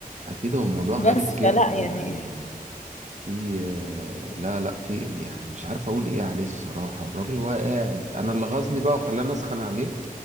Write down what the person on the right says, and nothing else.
أكيد هو موضوع
غريب جدا
يعني
في آه، لا لا في يعني مش عارف أقول إيه عليه الصراحة والراجل هو قاعد أنا اللي غزني بقى وخلاني أسخن عليه